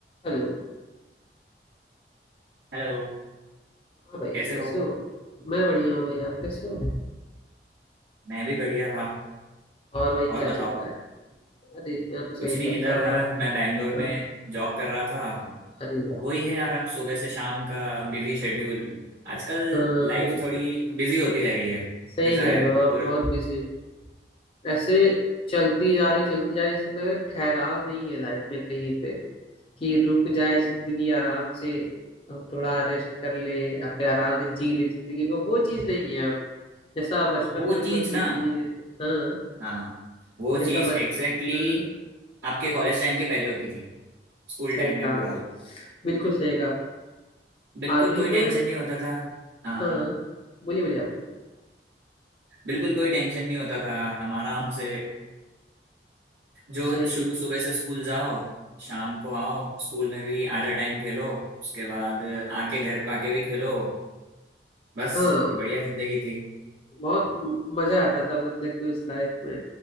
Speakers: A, on the left; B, on the right.
A: Hello
B: Hello
A: हाँ भाई
B: कैसे
A: कैसे
B: हो
A: हो मैं बढ़िया हूँ भाई आप कैसे हो
B: मैं भी बढ़िया हाँ
A: और भाई
B: और
A: क्या
B: बताओ
A: चल रहा है अरे मैं तो सही
B: कुछ नहीं
A: चल
B: इधर
A: रहा है और
B: अ,
A: आ,
B: मैं बैंगलोर
A: हाँ,
B: में जॉब कर रहा था
A: अरे वाह
B: वही है यार अब सुबह से शाम का बिजी शेड्यूल आजकल
A: हाँ
B: लाइफ थोड़ी बिजी होती जा रही है
A: सही
B: ऐसा
A: कह
B: है
A: रहे हो आप
B: और
A: बहुत बिजी हो ऐसे चलती जा रही चलती जा रही ऐसा लग रहा है ठहराव नहीं है लाइफ में कहीं पे कि रुक जाए जिंदगी आराम से हम थोड़ा रेस्ट कर ले या फिर आराम से जी ले जिंदगी को वो चीज नहीं है अब जैसा बचपन
B: वो
A: में हम
B: चीज
A: लोग जीते
B: ना
A: जीते थे हाँ
B: हाँ हाँ, वो
A: जैसा
B: चीज
A: बचपन
B: एग्जैक्टली
A: हाँ
B: exactly आपके कॉलेज टाइम के पहले होती थी स्कूल
A: सही
B: टाइम
A: कहा
B: में पूरा
A: आपने बिल्कुल सही कहा
B: बिल्कुल
A: अभी
B: कोई
A: मैं
B: टेंशन नहीं होता था हाँ
A: हाँ
B: हाँ
A: बोलिए बोलिए आप बोलिए
B: बिल्कुल कोई टेंशन नहीं होता था हम आराम से जो
A: सही
B: शुरू
A: है।
B: सुबह से स्कूल जाओ शाम को आओ स्कूल में भी आधा टाइम खेलो उसके बाद आके घर पाके भी खेलो बस
A: हाँ
B: ये बढ़िया जिंदगी थी
A: बहुत म- मजा आता था मतलब कि उस लाइफ में